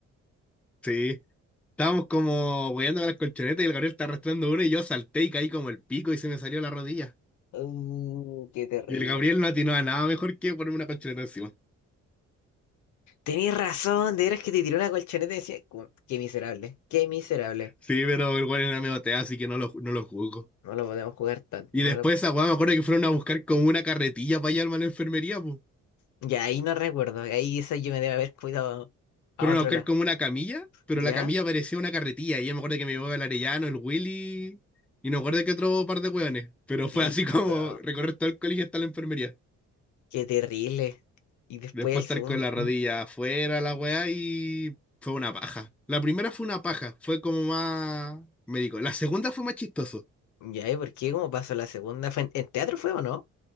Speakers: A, in the centre; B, on the left.
A: Sí. Estábamos como hueando con las colchonetas y el Gabriel está arrastrando uno y yo salté y caí como el pico y se me salió la rodilla.
B: Uh, qué terrible.
A: Y el Gabriel no atinó a nada mejor que ponerme una colchoneta encima.
B: Tenías razón, de veras que te tiró una colchoneta y decía, "Cu- qué miserable, qué miserable.
A: Sí, pero el güey era medio tea, así que no lo, no lo juzgo.
B: No lo podemos jugar tanto.
A: Y
B: No
A: después
B: lo...
A: esa weá me acuerdo que fueron a buscar como una carretilla para llevarme a la enfermería, pues.
B: Ya ahí no recuerdo, ahí eso yo me debe haber cuidado a
A: Fueron
B: otro
A: a buscar
B: lado.
A: como una camilla, pero
B: ¿Ya?
A: la camilla parecía una carretilla. Y yo me acuerdo que me llevó el Arellano, el Willy, y no me acuerdo que otro par de weones. Pero
B: Brígido,
A: fue así <laughs> como recorrer todo el colegio hasta la enfermería.
B: qué terrible. Y después
A: Después
B: el segundo,
A: estar con la rodilla
B: ¿Mm?
A: afuera, la weá, y fue una paja. La primera fue una paja, fue como más médico. La segunda fue más chistoso.
B: ¿ya? ¿Y por qué? ¿Cómo pasó la segunda? ¿Fue en, en teatro fue o no?